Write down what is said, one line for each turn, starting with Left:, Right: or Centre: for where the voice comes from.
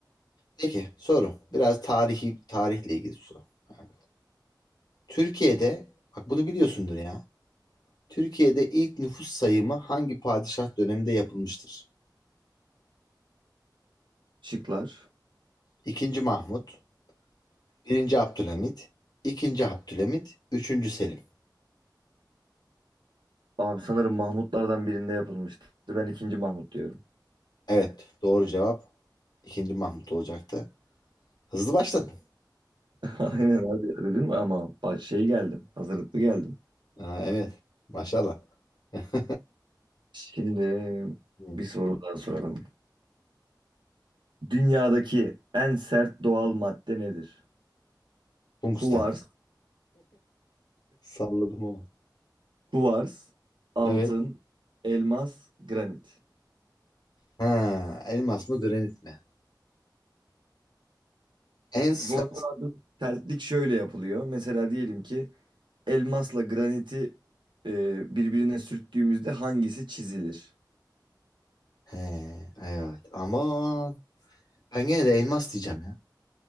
Left: Peki soru. Biraz tarihi tarihle ilgili bir soru. Yani Türkiye'de bak bunu biliyorsundur ya. Türkiye'de ilk nüfus sayımı hangi padişah döneminde yapılmıştır?
Right: Şıklar.
Left: İkinci Mahmut, birinci Abdülhamit, ikinci Abdülhamit, üçüncü Selim.
Right: Abi sanırım Mahmutlardan birinde yapılmıştı. Ben ikinci Mahmut diyorum.
Left: Evet, doğru cevap ikinci Mahmut olacaktı. Hızlı başladın.
Right: <laughs> Aynen abi dedim ama bak şey geldim. Hazırlıklı geldim.
Left: Aa, evet, maşallah. <laughs>
Right: Şimdi
Left: Hı.
Right: bir soru daha soralım. Dünyadaki en sert doğal madde nedir?
Left: Tungsten.
Right: Kuvars,
Left: Salladım ama.
Right: Kuvars, altın,
Left: Evet.
Right: elmas, granit.
Left: Ha, elmas mı granit mi? En sa-
Right: Bu arada abi sertlik şöyle yapılıyor. Mesela diyelim ki elmasla graniti e, birbirine sürttüğümüzde hangisi çizilir?
Left: He, evet. ama Ben gene de elmas diyeceğim ya.